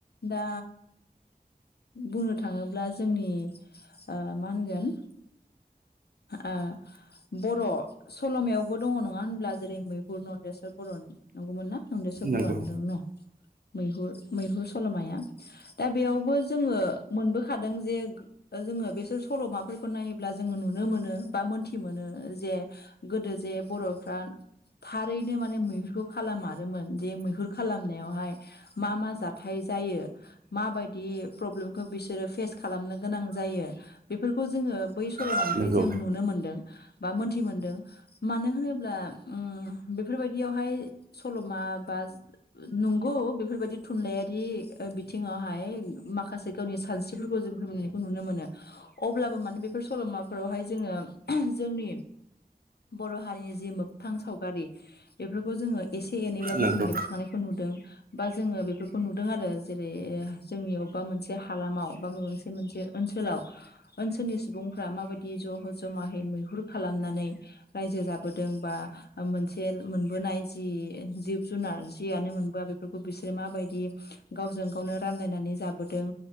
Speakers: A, on the left (about 80°); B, on the right (about 65°).
A: दा बुंनो थाङोब्ला जोंनि उह मा होनगोन ओ बर' सल'मायावबो दङ नङा होनब्ला जेरै मैहुर नन्देस्वर बर'नि। नंगौमोन ना नन्देसर बर'आनो
B: नंगौ
A: दं न' मैहुर मैहुर सल'माया। दा बेयावबो जोङो मोनबोखादों जे उह जोङो बेसोर सल'माफोरखौ नायोब्ला जोङो नुनो मोनो बा मोनथि मोनो जे गोदो जे बर'फ्रा थारैनो माने मैहुरखौ खालामारोमोन जे मैहुर खालामनायावहाय मा मा जाथाय जायो माबायदि प्रब्लेमखौ बिसोरो फेस खालामनो गोनां जायो बेफोरखौ जोङो बै सल'मानिफ्राय
B: नंगौ
A: जों नुनो मोनदों बा मोनथि मोन्दों। मानो होनोब्ला उम बेफोरबायदियावहाय सल'मा बा नंगौ बेफोरबायदि थुनलाइारि बिथिङावहाय माखासे गावनि सानस्रिफोरखौ जों फोर नुनो मोनो अब्लाबो माने बेफोर सल'माफोरावहाय जोङो जोंनि बर' हारिनि जि मोगथां सावगारि बेफोरखौ जोङो एसे एनैब्लाबो
B: नंगौ
A: जों बेरखांनायखौ नुदों बा जोङो बेफोरखौ नुदों आरो जेरै जोंनि अबेबा मोनसे हालामाव बा माबा मोनसे मोनसे ओनसोलाव ओनसोलनि सुबुंफ्रा माबायदि ज'- जमायै मैहुर खालामनानै रायजो जाबोदों बा मोनसे मोनबोनाय जि जिब जुनार जियानो मोनबोआ बेफोरखौ बिसोरो माबायदि गावजों गावनो रानलायनानै जाबोदों